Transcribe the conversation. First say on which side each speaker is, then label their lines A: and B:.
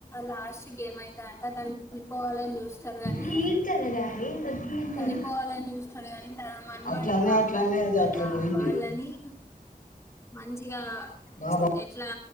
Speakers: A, on the left (about 20°); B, on the left (about 60°).
A: లాస్ట్ కి ఎం అయితదంటే అ దాన్ని విడిపోవాలని రు కాని
B: కీర్తన డాడీ ఇదో కీర్తన
A: చనిపోవాలని చూస్తడు కానీ తన మనమడే
B: అట్లనే
A: కాపాడత
B: అట్లనే అది అట్లా
A: ఆ
B: పోయింది
A: వాళ్ళని మంచిగా
B: నా
A: ఎట్లా